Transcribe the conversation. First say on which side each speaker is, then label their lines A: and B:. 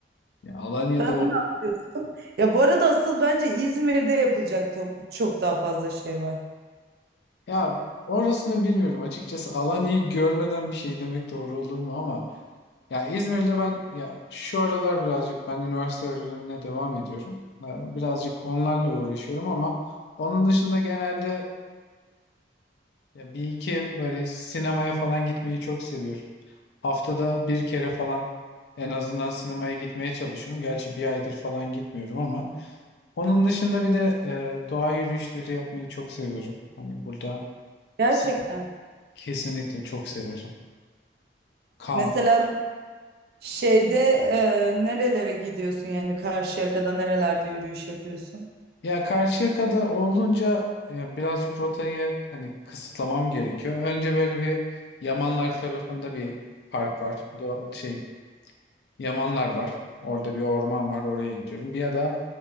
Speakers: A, on the left; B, on the right.
A: Ya Alanya'da
B: Sen
A: ol.
B: ne yapıyorsun? Ya bu arada asıl bence İzmir'de yapılacak to- çok daha fazla şey var.
A: Ya orasını bilmiyorum açıkçası. Alanya'yı görmeden bir şey demek doğru olur mu ama ya İzmir'de ben ya şu aralar birazcık ben üniversite öğrenimine devam ediyorum. Ee, Birazcık onlarla uğraşıyorum ama onun dışında genelde Ya bir iki böyle sinemaya falan gitmeyi çok seviyorum. Haftada bir kere falan en azından sinemaya gitmeye çalışıyorum. Gerçi bir aydır falan gitmiyorum ama onun dışında bir de e, doğa yürüyüşleri yapmayı çok seviyorum. Hani burada
B: Gerçekten.
A: s- kesinlikle çok severim. Kamp.
B: Mesela şeyde e, nerelere gidiyorsun yani Karşıyaka'da nerelerde yürüyüş yapıyorsun?
A: Ya Karşıyaka'da olunca e, birazcık rotayı hani kısıtlamam gerekiyor. Önce böyle bir Yamanlar tarafında bir park var. Do şey Yamanlar var. Orada bir orman var. Oraya gidiyorum. Bir ya da